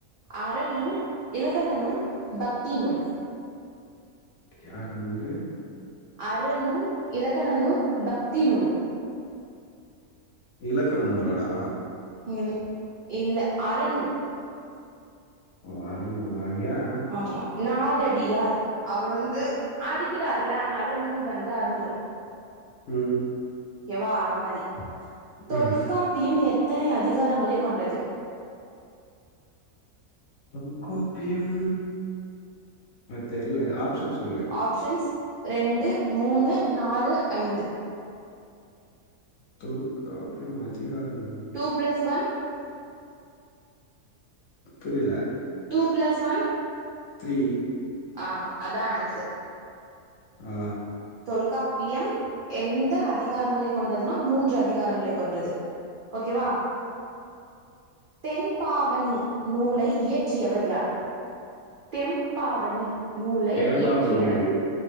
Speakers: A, on the right (about 75°); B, on the left (about 65°).
A: அறநூல் இலக்கண நூல் பக்தி நூல்
B: யாரு வந்து
A: அறநூல் இலக்கண நூல் பக்தி நூல்
B: இலக்கண நூலாடா
A: ம் இல்ல அறநூல்
B: ஒ அறநூலா ஏ
A: ஆமா நாலடியார் அவர் வந்து அடிக்கிறார்ல அத்னால நூல் வந்து அறுந்துரு
B: ம்
A: ஓகே வா அந்த மாரி தொல்காப்பியம்
B: ம்
A: எத்தனை அதிகாரங்களை கொண்டது
B: தொல்காப்பியம் நூற் தெர்லயே ஆப்ஷன் சொல்லு
A: ஆப்ஷன்ஸ் ரெண்டு மூணு நாலு ஐந்து
B: தொல் காப்பியம் அதிகாரம்
A: டூ ப்ளஸ் ஒன்
B: புரியல
A: டூ ப்ளஸ் ஒன்
B: த்ரீ
A: ஆ அதா ஆன்சர்
B: ஆ
A: தொல்காப்பியம் எந்த அதிகாரங்களை கொண்டதுன்னா மூன்று அதிகாரங்களை கொண்டது. ஓகே வா தென்பாவணி நூலை இயற்றியவர் யார் ம்பாவனி நூலை
B: தேம்பாவணி
A: இயற்றியவர்
B: அது